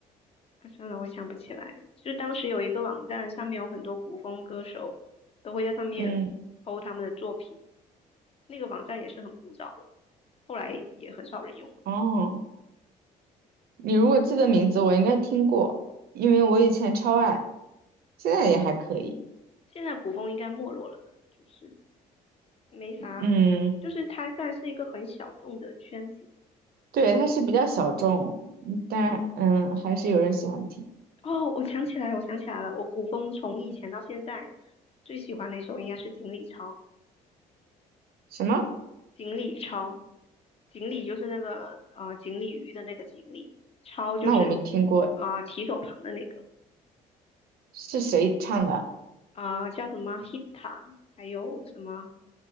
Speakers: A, on the left; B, on the right.
A: 啊，算了，我想不起来。就当时有一个网站，上面有很多古风歌手都会在上面
B: 嗯，
A: p 他们的作品，那个网站也是很古早了，后来也很少人用了。
B: 哦，你如果记得名字，我应该听过，因为我以前超爱，现在也还可以。
A: 嗯，现在古风应该没落了吧？就是没啥，
B: 嗯，
A: 就是它算是一个很小众的圈子。
B: 对，它是比较小众，嗯但嗯，
A: 嗯。
B: 还是有人喜欢听。
A: 哦，我想起来了，我想起来了，我古风从以前到现在最喜欢的一首应该是《锦鲤抄》，
B: 什么？
A: 锦鲤抄，锦鲤就是那个呃锦鲤鱼的那个锦鲤，抄就是
B: 那我没听过，
A: 啊、呃提手旁的那个
B: 是谁唱的
A: 啊、呃叫什么 Hita，还有什么